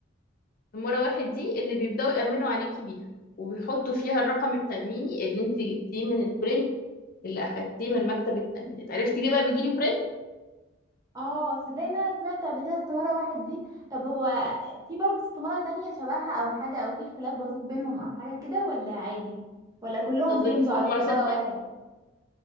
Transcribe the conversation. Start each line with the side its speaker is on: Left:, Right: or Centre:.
Left: المرة واحد دي اللي بيبدأوا يأمنوا عليكي بيها وبيحطوا فيها الرقم التأميني اللي انت جبتيه من البرنت اللي أخدتيه من مكتب التأمينات عرفتي ليه بقى بيجيلي برنت
Right: اه تصدقي ان انا سمعت قبل كده استماره واحد دي طب هو في برضه استماره تانية شبهها او حاجه او في اختلاف بسيط بينهم او حاجه كده ولا عادي ولا كلهم
Left: قصدك
Right: بيمضوا
Left: استمارة
Right: على استماره
Left: ستة
Right: واحد